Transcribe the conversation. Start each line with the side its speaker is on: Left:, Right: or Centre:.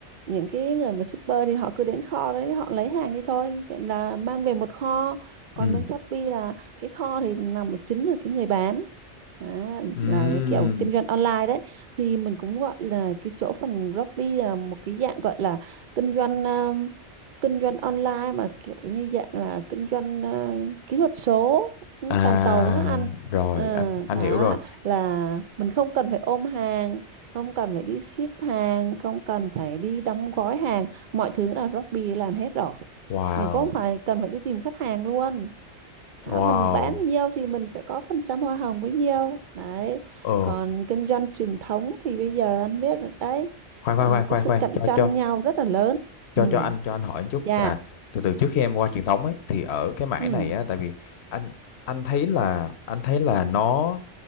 Right: những cái người mà shipper thì họ cứ đến kho đấy họ lấy hàng đi thôi vậy là mang về một kho còn
Left: ừ
Right: bên Shopee là cái kho thì nằm ở chính là cái người bán Đó,
Left: ừ
Right: là cái kiểu kinh doanh online đấy thì mình cũng gọi là cái chỗ phần Shopee là một cái dạng gọi là kinh doanh um, kinh doanh online mà kiểu như dạng là kinh doanh uh, kỹ thuật số
Left: à
Right: toàn cầu á anh
Left: rồi
Right: Ờ,
Left: anh anh
Right: đó
Left: hiểu rồi
Right: là mình không cần phải ôm hàng không cần phải đi ship hàng không cần phải đi đóng gói hàng mọi thứ là Shopee làm hết rồi
Left: wow
Right: mình cũng không phải cần phải đi tìm khách hàng luôn đó,
Left: wow
Right: mình bán nhiều thì mình sẽ có phần trăm hoa hồng bấy nhiều. đấy
Left: ờ
Right: còn kinh doanh truyền thống thì bây giờ anh biết rồi đấy
Left: khoan khoan
Right: à,
Left: khoan
Right: có
Left: khoan
Right: sự
Left: khoan
Right: cạnh
Left: cho
Right: tranh
Left: cho
Right: nhau rất là lớn
Left: cho
Right: ừ
Left: cho anh cho anh hỏi một chút
Right: dạ
Left: là từ từ trước khi em qua truyền thống ấy thì ở cái mảng
Right: ừ
Left: này á tại vì anh anh thấy là anh thấy là nó